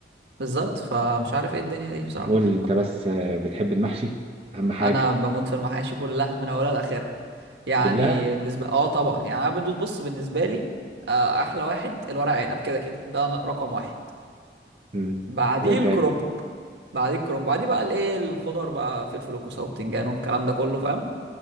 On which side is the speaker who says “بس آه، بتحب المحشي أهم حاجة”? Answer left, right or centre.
Right